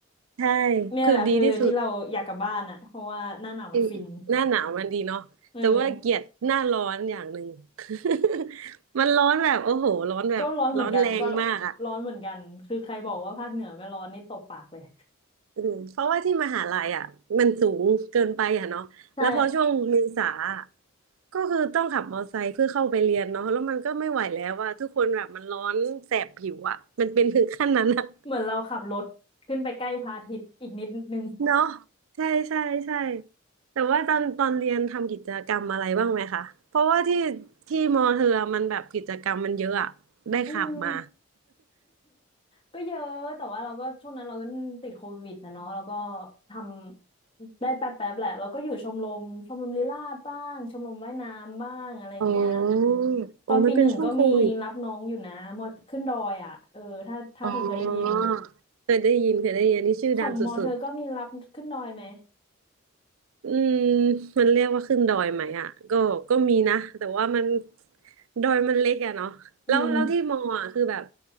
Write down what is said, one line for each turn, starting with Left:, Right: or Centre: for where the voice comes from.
Right: ใช่
Left: เนี่ยแหละคือที่เราอยากกลับบ้านอ่ะเพราะว่าหน้าหนาวมันฟิน
Right: คือดีที่สุดอืมหน้าหนาวมันดีเนาะแต่ว่าเกลียดหน้าร้อนอย่างหนึ่ง
Left: เออ
Right: <laughs> มันร้อนแบบโอ้โหร้อนแบบร้อนแรงมากอ่ะ
Left: ก็ร้อนเหมือนกันก็ร้อนเหมือนกันคือใครบอกว่าภาคเหนือไม่ร้อนนี่ตบปากเลย
Right: อืมเพราะว่าที่มหาลัยอ่ะมันสูงเกินไปอ่ะเนาะแล้วพอช่วงเมษาอะ
Left: <laughs> ใช่
Right: ก็คือต้องขับมอเตอร์ไซค์เพื่อเข้าไปเรียนเนาะแล้วมันก็ไม่ไหวแล้วว่าทุกคนแบบมันร้อนแสบผิวอ่ะมันเป็นถึงขั้นนั้นอ่ะ
Left: เหมือนเราขับรถขึ้นไปใกล้พระอาทิตย์อีกนิดนึง
Right: เนาะใช่ใช่ใช่แต่ว่าตอนตอนเรียนทำกิจกรรมอะไรบ้างไหมคะเพราะว่าที่ที่มอเธอมันแบบกิจกรรมมันเยอะอ่ะได้ข่าวมา
Left: อืม ก็เยอะแต่ว่าเราก็ช่วงนั้นเราก็ติดโควิดนะเนาะแล้วก็ทำได้แป๊บแป๊บแหละเราก็อยู่ชมรมชมรมลีลาศบ้างชมรมว่ายน้ำบ้างอะไรเงี้ย
Right: อ๋อ
Left: ตอนปีหนึ่งก็มีรับน้องอยู่นะมอขึ้นดอยอ่ะเออถ้าถ้าเธอเคยได้ยิน
Right: โอ้มันเป็นช่วงโควิดอ๋อเคยได้ยินเคยได้ยินนี่ชื่อดังสุด
Left: ของมอเธอก็มีรับขึ้นดอยไหม
Right: อืมมันเรียกว่าขึ้นดอยไหมอ่ะก็ก็มีนะแต่ว่ามันดอยมันเล็กอะเนาะแล้วแล้วที่มออ่ะคือแบบ
Left: อืม